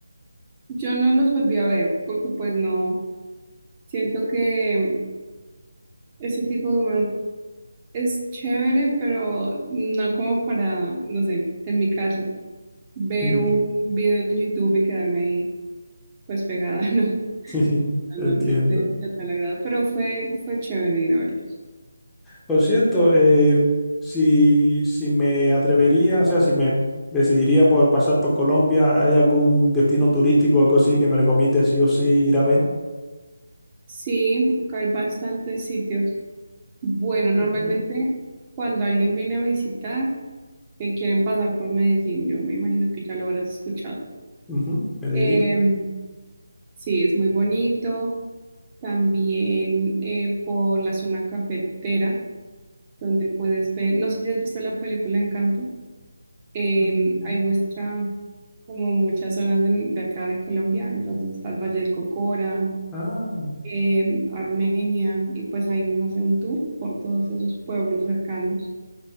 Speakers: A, on the right; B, in the centre.
A: Yo no los volví a ver porque pues no, siento que ese tipo de humor es chévere, pero no como para, no sé, en mi caso, ver
B: Sí,
A: un video en YouTube y quedarme ahí pues pegada, <laughs> no.
B: <laughs> entiendo.
A: No, no sé de tal agrado, pero fue, fue chévere ir a verlos.
B: Por cierto, eh, si, si me atrevería, o sea, si me decidiría por pasar por Colombia, ¿hay algún destino turístico o algo así que me recomiende sí o sí ir a ver?
A: Sí, acá hay bastantes sitios. Bueno, normalmente
B: Ok.
A: cuando alguien viene a visitar, eh, quieren pasar por Medellín. Yo me imagino que ya lo habrás escuchado.
B: Ujú, Medellín.
A: Em, sí, es muy bonito. También eh, por la zona cafetera, donde puedes ver, no sé si has visto la película Encanto. em,
B: Mm,
A: ahí muestra como muchas zonas de, de acá de Colombia. Entonces está el Valle del Cocora,
B: Ah.
A: em, Armenia, y pues ahí uno hace un tour por todos esos pueblos cercanos.